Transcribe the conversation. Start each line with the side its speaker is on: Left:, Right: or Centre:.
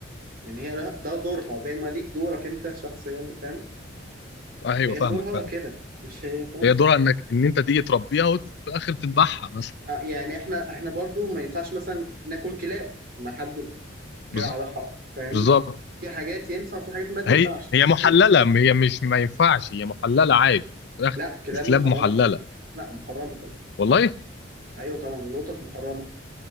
Right: يعني هي لها- ده دورها زي ما ليك دورك انت شخصيا فاهم
Left: آه ايوه
Right: هي
Left: فاهمك
Right: دورها
Left: فاهمك
Right: كده مش هي فاهم
Left: هي دورها انك ان انت تيجي تربيها وفي الاخر تذبحها مثلا
Right: آه، يعني احنا احنا برضو ما ينفعش مثلا ناكل كلاب ما حد كده
Left: بز-
Right: على حق فاهمني
Left: بالظبط
Right: في حاجات ينفع في حاجات ما تنفعش
Left: هي هي محلله
Right: كده
Left: م- هي مش ما ينفعش هي محلله عادي في الاخر
Right: لا كلاب
Left: الكلاب
Right: محرمة
Left: محلله
Right: طبعا لا محرمة طبعا
Left: والله
Right: ايوه طبعا والقطط محرمة